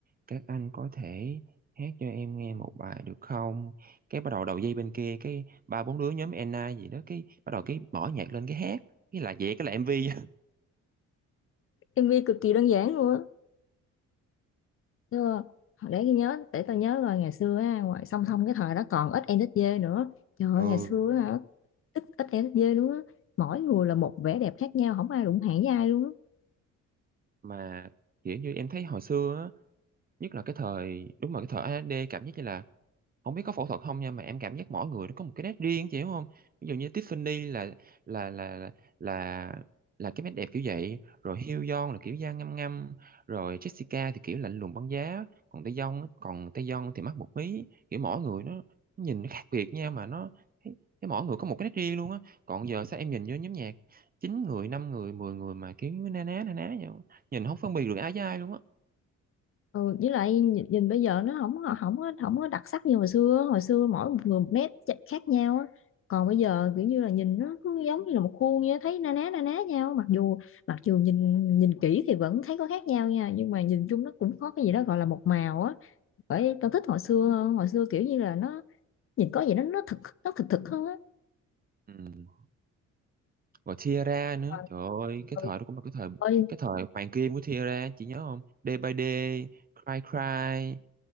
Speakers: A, on the right (about 30°); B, on the left (about 45°).
A: Các anh có thể hát cho em nghe một bài được không? Cái bắt đầu đầu dây bên kia, cái ba bốn đứa nhóm Enna gì đó, cái bắt đầu cái mở nhạc lên cái hát. Cái là vậy, cái là MV.
B: MV cực kỳ đơn giản luôn á chưa để tôi nhớ để tao nhớ rồi ngày xưa á ngoài song song cái thời đó còn ít NSD nữa trời ơi,
A: Ừ,
B: ngày xưa á, hả, ít ít NSD luôn á mỗi người là một vẻ đẹp khác nhau không ai đụng hàng với ai luôn á
A: mà kiểu như em thấy hồi xưa á, nhất là cái thời, đúng là cái thời AD cảm giác như là Không biết có phẫu thuật không nha mà em cảm giác mỗi người nó có một cái nét riêng chị hiểu không? Ví dụ như Tiffany là là là là là, là cái nét đẹp kiểu vậy, rồi Hyun là kiểu da ngăm ngăm, rồi Jessica thì kiểu lạnh lùng băng giá, còn Taeyong á- còn Taeyong thì mắt một mí, kiểu mỗi người nó nó nhìn nó khác biệt nha mà nó thấy thấy mỗi người có một cái nét riêng luôn á. Còn giờ sao em nhìn vô nhóm nhạc chín người, năm người, 10 người mà kiểu na ná na ná vậy, nhìn không phân biệt được ai với ai luôn á.
B: ừ, với lại nhìn, nhìn bây giờ nó không có- không có không có đặc sắc như hồi xưa hồi xưa mỗi một người một nét ch- khác nhau á còn bây giờ kiểu như là nhìn nó cứ giống như là một khuôn vậy á, thấy na ná na ná nhau mặc dù mặc dù nhìn nhìn kỹ thì vẫn thấy có khác nhau nha nhưng mà nhìn chung nó cũng có cái gì đó gọi là một màu á bởi tao thích hồi xưa hơn hồi xưa kiểu như là nó nhìn có gì đó nó thực nó thực thực hơn á
A: Ừ. Rồi Tiara nữa
B: Mà-
A: trời ơi cái
B: ừ,
A: thời đó cũng là cái thời
B: ôi
A: cái thời hoàng kim của Tiara chị nhớ không Day by Day Cry Cry